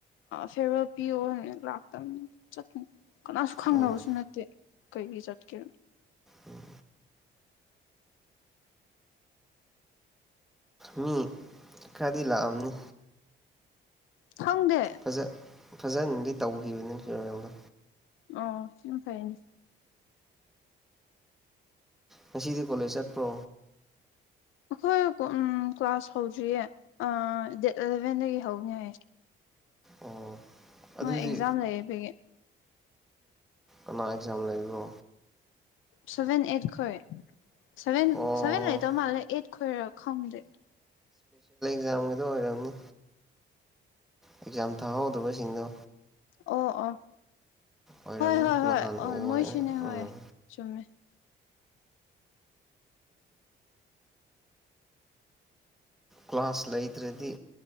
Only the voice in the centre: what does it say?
ꯑꯣ
ꯎꯝ ꯃꯤ ꯀꯗꯤ ꯂꯑꯅꯤ
ꯐꯖ ꯐꯖꯅꯗꯤ ꯇꯧꯈꯤꯕꯅꯤ ꯐꯤꯔꯣꯦꯜꯗꯣ
ꯉꯁꯤꯗꯤ ꯀꯣꯂꯦꯖ ꯆꯠꯄ꯭ꯔꯣ
ꯑꯣ ꯑꯗꯨꯗꯤ
ꯑ ꯑꯦꯛꯖꯥꯝ ꯂꯩꯕꯣ
ꯑꯣ
ꯖꯝꯒꯦꯗꯣ ꯑꯣꯏꯔꯝꯅꯤ ꯑꯦꯛꯖꯥꯝ ꯊꯥꯍꯧꯗꯕꯁꯤꯡꯗꯣ
ꯑꯣꯏꯔꯝꯅꯤ
ꯅꯍꯥꯟ
ꯑꯣꯏ
ꯎꯝ
ꯀ꯭ꯂꯥꯁ ꯂꯩꯇ꯭ꯔꯗꯤ